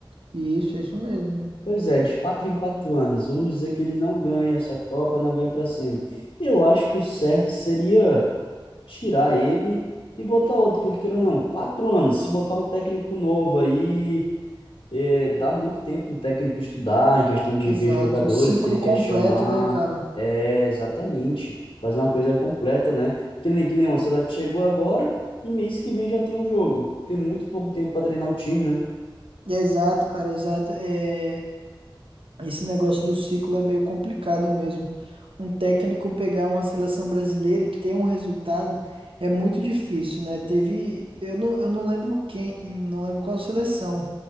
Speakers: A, on the right; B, on the left.
A: E Isso, é isso mesmo.
B: Pois é, de quatro em quatro anos. Vamos dizer que ele não ganha essa Copa, não vai para semi. Eu acho que o certo seria tirar ele e botar outro, porque, querendo ou não, quatro anos. Se botar um técnico novo aí. É, dá muito tempo o técnico estudar em questão de
A: Exato,
B: ver jogadores
A: um ciclo
B: que ele quer
A: completo,
B: chamar.
A: né, cara?
B: É, exatamente. Fazer uma coisa completa, né? Que nem, que nem uma, se ela chegou agora e mês que vem já tem um jogo. Tem muito pouco tempo para treinar o time, né?
A: Exato, cara, exato. É, Esse negócio do ciclo é meio complicado mesmo. Um técnico pegar uma seleção brasileira e ter um resultado é muito difícil, né? Teve, eu não, eu não lembro quem, não lembro qual seleção,